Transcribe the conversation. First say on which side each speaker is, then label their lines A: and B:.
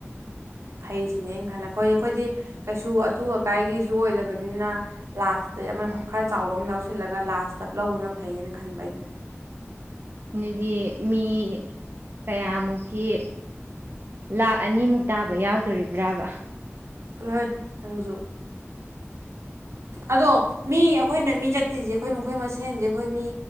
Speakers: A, on the right; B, on the right.
A: ꯐꯩ ꯁꯤꯅꯦ ꯑꯩ ꯈꯜꯂ ꯈꯣꯏ ꯈꯣꯏꯗꯤ ꯀꯩꯁꯨ ꯑꯊꯨ ꯑꯀꯥꯏꯒꯤꯖꯨ ꯑꯣꯏꯗꯕꯅꯤꯅ ꯂꯥꯁ ꯇ ꯑꯃ
B: ꯎꯝ
A: ꯈꯔ ꯆꯥꯎꯕ ꯑꯝ ꯌꯥꯎꯁꯤꯜꯂꯒ ꯂꯥꯁꯇ ꯂꯧꯕꯅ ꯐꯩꯌꯦꯅ ꯈꯟꯕ ꯑꯩꯅ
B: ꯗꯨꯗꯤ ꯃꯤ ꯀꯌꯥꯃꯨꯛꯀꯤ ꯂꯥꯛ ꯑꯅꯤꯃꯨꯛ ꯇꯥꯕ ꯌꯥꯎꯗꯣꯔꯤꯕ꯭ꯔꯥꯕ
A: ꯆꯠꯂꯣꯍꯩ ꯅꯪꯖꯨ ꯑꯗꯣ ꯃꯤ ꯑꯈꯣꯏꯅ ꯃꯤ ꯆꯠ ꯇꯣꯢꯖꯦ ꯑꯈꯣꯏ ꯃꯈꯣꯏ ꯃꯁꯦꯟꯖꯦ ꯑꯈꯣꯏ ꯃꯤ